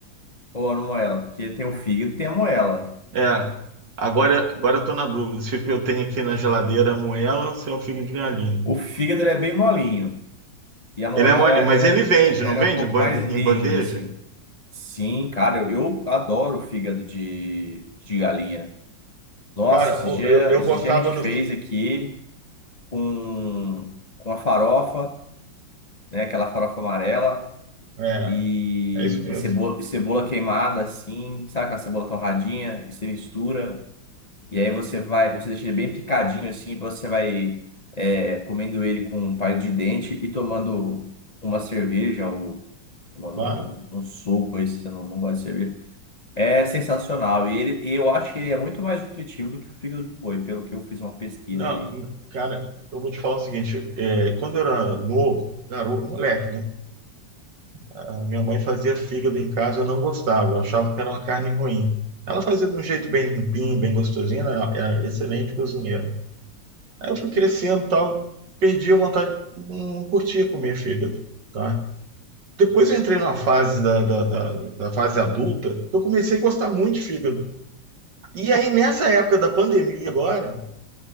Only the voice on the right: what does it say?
É, agora, agora eu tô na dúvida se o que eu tenho aqui na geladeira é moela ou se é o figo de galinha.
Ele é mole,
mas ele vende, não
vende
em bande-
em
bandeja?
Cara,
o-
eu, eu
gostava
do.
fi-
É,
é isso mesmo.
Tá?
Não,
cara, eu vou te falar o seguinte: é, quando eu era novo, garoto, moleque, né? A minha mãe fazia fígado em casa, eu não gostava, eu achava que era uma carne ruim. Ela fazia de um jeito bem limpinho, bem gostosinho, né, ela era excelente cozinheira. Aí eu fui crescendo e tal, perdi a vontade, não não curtia comer fígado, tá? Depois eu entrei numa fase da, da, da, da fase adulta, que eu comecei a gostar muito de fígado. E aí, nessa época da pandemia agora,